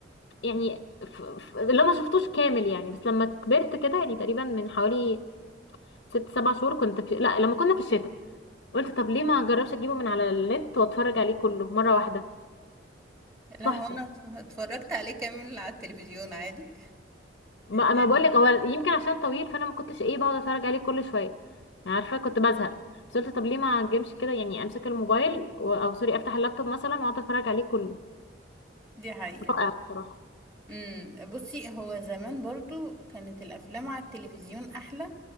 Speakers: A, on the left; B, on the right.
A: يعني ف... ف... اللي ما شفتوش كامل يعني بس لما كبرت كده يعني تقريبا من حوالي ست سبع شهور كنت في... لا لما كنا في الشتاء قلت طب ليه ما اجربش اجيبه من على النت واتفرج عليه كله مرة واحدة
B: لا
A: تحفة
B: هو انا اتف- اتفرجت عليه كامل على التلفزيون عادي
A: ما انا
B: يعني
A: بقول لك هو يمكن عشان طويل فانا ما كنتش ايه بقعد اتفرج عليه كل شويه يعني عارفه كنت بزهق بس قلت طب ليه ما اجيبش كده يعني امسك الموبايل و... او سوري افتح اللابتوب مثلا واقعد اتفرج عليه كله
B: دي حقيقة
A: رائع بصراحه
B: امم بصي هو زمان برضو كانت الافلام على التلفزيون احلى